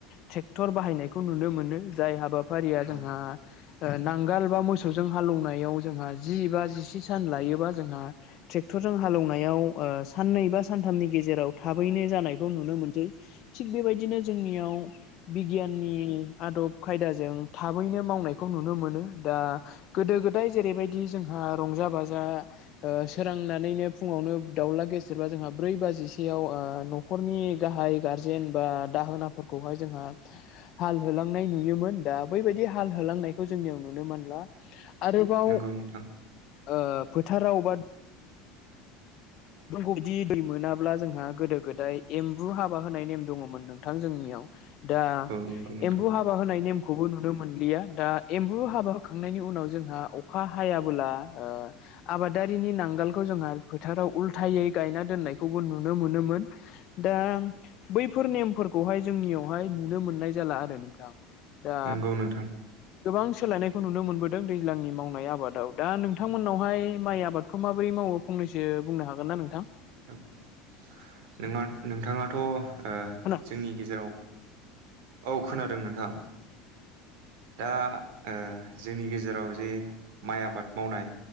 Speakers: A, on the left; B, on the right.
A: ट्रेक्टर बाहायनायखौ नुनो मोनो जाय हाबाफारिया जोंहा।
B: औ
A: नांगाल बा मोसौजों हालौवनायाव जोंहा जि बा जिसे सान लायोबा जोंहा ट्रेक्टर। जों हालौनायाव ओ साननै बा सानथामनि गेजेराव थाबैनो जानायखौ नुनो मोनसै थिक बे। बेबायदिनो जोंनियाव बिगियाननि आदब खायदाजों। थाबैनो मावनायखौ नुनो मोनो दा गोदो गोदाय जेरैबायदि जोंहा रंजा बाजा। ओ सोरांनानैनो फुङावनो दाउला गेसेरबा जोंहा ब्रै बाजिसेयाव ओ न'खरनि। गाहाय गारजेन बा दाहोनाफोरखौहाय जोंहा हाल होलांनाय नुयोमोन। दा बैबायदि हाल होलांनायखौ जोंनियाव नु। नो मोनला आरोबाव
B: नंगौ नोंथां
A: ओ फोथाराव बा। फोरखौ बिदि दै मोनाब्ला जोंहा गोदो गोदाय एम्बु हाबा होनाय नेम दङमोन नोंथां जोंनियाव। दा
B: औ नंगौ नोंथां
A: एम्बु हाबा होनायनि। खौबो नुनो मोनलिया दा एम्बु हाबा होखांनायनि उनाव जोंहा अखा हायाबोला ओ। आबादारिनि नांगालखौ जोंहा फोथाराव उल्थ। थायै गायना दोननायखौबो नुनो मोनोमोन दा बैफोर नेमफोरखौहाय जोंनि। -वहाय नुनो मोननाय जाला आरो नोंथां दा
B: नंगौ नोंथां
A: गोबां सोलायनायखौ नुनो मोनबो दैज्लांनि मावनाय आबादाव दा नोंथांमोननावहाय माइ आबादखौ माबोरै मावो फंनैसो बुंनो हागो -गोन ना नोंथां
B: <unintelligible> नोंथाङाथ' ओ
A: खोना खोनादोंना नोंथां? औ
B: जोंनि गेजेराव औ खोनादों नोंथां दा ओ जोंनि गेजेराव जे माइ आबाद मावनाय